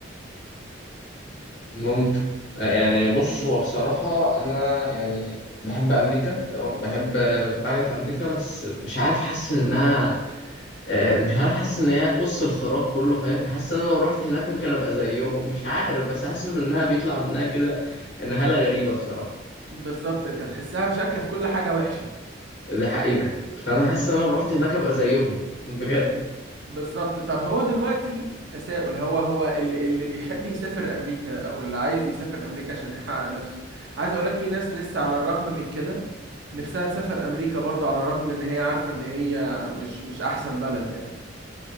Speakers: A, on the left; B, on the right.
A: ممكن آه، يعني بص هو بصراحة أنا يعني بحب أمريكا تمام؟ بحب كنت عايز في أمريكا بس مش عارف حاسس إنها آه، مش عارف حاسس ان هي قص الخراف كله فاهم حاسس ان انا لو رحت هناك ممكن ابقى زيهم مش عارف بس حاسس انها بيطلع منها كده ان هالة غريبة بصراحة
B: بالظبط انت تحسها مشاركه في كل حاجه وحشه
A: ده حقيقة فانا حاسس ان انا لو رحت هناك ابقى زيهم بجد
B: بالظبط طب هو دلوقتي تساؤل هو هو اللي اللي بيحب يسافر امريكا او اللي عايز يسافر امريكا عشان يحقق نفسه عايز اقول لك في ناس لسه على الرغم من كده نفسها تسافر امريكا برضه على الرغم من ان هي عارفه ان هي مش مش احسن بلد يعني